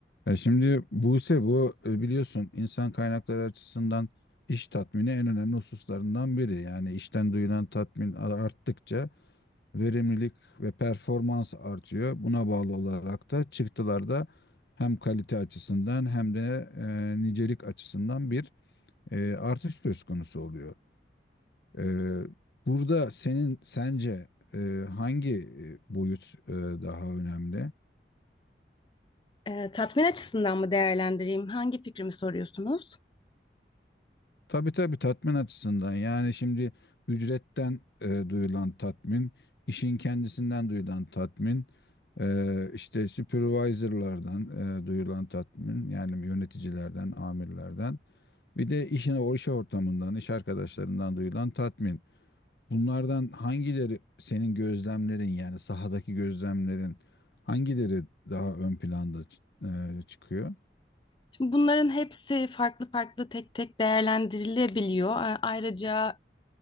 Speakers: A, on the left; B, on the left.
A: Ya şimdi Buse bu e, biliyorsun insan kaynakları açısından iş tatmini en önemli hususlarından biri. Yani işten duyulan tatmin ar- arttıkça verimlilik ve performans artıyor. Buna bağlı olarak da çıktılar da hem kalite açısından hem de e, nicelik açısından bir e, artış söz konusu oluyor. E, burada senin sence e, hangi e, boyut e, daha önemli?
B: Ee, tatmin açısından mı değerlendireyim? Hangi fikrimi soruyorsunuz?
A: Tabii tabii tatmin açısından yani şimdi ücretten e, duyulan tatmin, işin kendisinden duyulan tatmin, e, işte supervisorlardan e, duyulan tatmin yani yöneticilerden, amirlerden bir de işine o iş ortamından, iş arkadaşlarından duyulan tatmin. Bunlardan hangileri senin gözlemlerin yani sahadaki gözlemlerin hangileri daha ön planda ç- e, çıkıyor?
B: Şimdi bunların hepsi farklı farklı tek tek değerlendirilebiliyor. A- Ayrıca